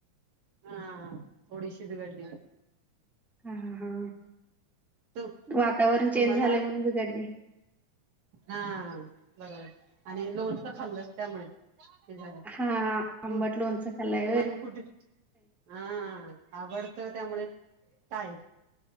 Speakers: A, on the right; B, in the centre.
A: हा थोडीशी बिघडलिया....
B: हा हा
A: तू
B: वातावरण चेंज
A: तुम्हाला
B: झाले म्हणून बिघडले....
A: हा बरोबर आणि लोणच खाल्लं त्यामुळे हे झालं....
B: हा आंबट
A: तू
B: लोणचं खाल्लंय
A: तुम्हाला मग कुठे हा आवडतं त्यामुळे काय